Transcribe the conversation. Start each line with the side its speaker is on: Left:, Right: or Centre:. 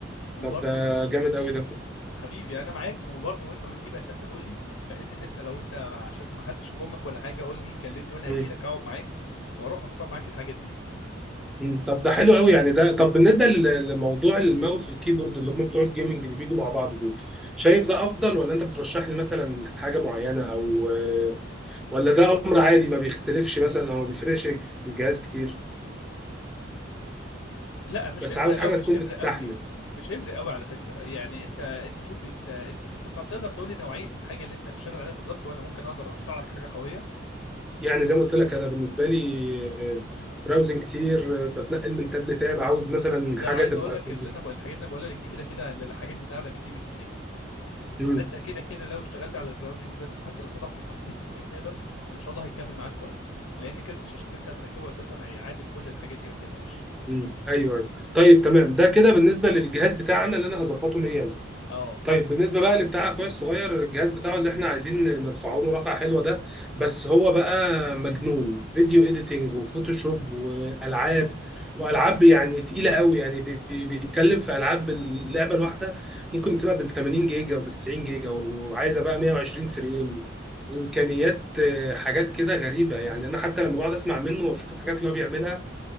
Left: وبرضو
Centre: طب ده جامد
Left: مم.
Centre: قوي ده
Left: حبيبي انا معاك وبرضو وانت بتجيب اساسا قول لي بحيث ان انت لو انت مع- عشان ما حدش يخمك ولا حاجه قول لي كلمني وانا
Centre: مم.
Left: هجي لك اقعد معاك واروح اختار معاك الحاجات دي
Centre: مم. طب ده حلو قوي يعني ده طب بالنسبه لل- لموضوع الماوس والكيبورد اللي هم بتوع الجيمنج اللي بيجوا مع بعض دول شايف ده افضل ولا انت بترشح لي مثلا حاجه معينه او ولا ده امر عادي ما بيختلفش مثلا او ما بيفرقش في الجهاز كتير
Left: لا مش
Centre: بس
Left: هيفرق
Centre: عاوز حاجه
Left: قوي مش
Centre: تكون
Left: هيفرق
Centre: بتستحمل
Left: قوي مش هيفرق قوي على فكره يعني انت انت شوف انت انت شوف انت تقدر تقول لي نوعيه الحاجه اللي انت هتشتغل عليها بالظبط وانا ممكن اقدر ارشح لك حاجه قويه
Centre: يعني زي ما قلت لك انا بالنسبه لي براوزنج كتير آه، بتنقل من تاب لتاب عاوز مثلا
Left: ده
Centre: حاجه
Left: عايز
Centre: تبقى
Left: اقول لك
Centre: في
Left: اللي
Centre: ال-
Left: انا بقول الحاجات اللي انا بقولها لك دي كده كده الحاجات اللي اعلى من دي بكتير
Centre: مم.
Left: فانت كده كده لو اشتغلت على البراوزنج بس حتى لو فتحت 50 60 تابه ان شاء الله هيكمل معاك كويس لان كارت الشاشه اللي انت هتركبه اساسا هيعادل كل الحاجات دي ما تقلقش
Centre: مم. ايوه أيوة. طيب تمام ده كده بالنسبه للجهاز بتاعنا اللي انا هظبطه ليا أنا.
Left: اه
Centre: طيب بالنسبه بقى لبتاع اخويا الصغير الجهاز بتاعه اللي احنا عايزين نرفعه له رقعه حلوه ده بس هو بقى مجنون فيديو اديتنج وفوتوشوب والعاب والعاب يعني تقيله قوي يعني بي- بي- بيتكلم في العاب اللعبه الواحده ممكن بتبقى بال 80 جيجا وبال 90 جيجا وعايزه بقى 120 فريم وامكانيات آه، حاجات كده غريبه يعني انا حتى لما بقعد اسمع منه واشوف الحاجات اللي هو بيعملها